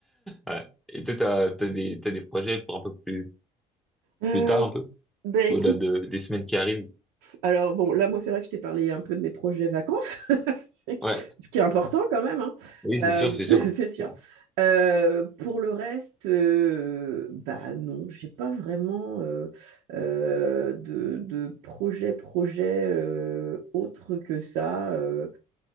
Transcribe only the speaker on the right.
Euh,
bah, écoute.
Alors bon, là, moi, c'est vrai que je t'ai parlé un peu de mes projets vacances, <laughs> c'est que-
ce qui est important quand même, hein.
Euh,
<laughs> c'est sûr.
Euh, pour le reste, euh, bah non, j'ai pas vraiment euh, euh, de, de projet, projet euh, autre que ça. euh.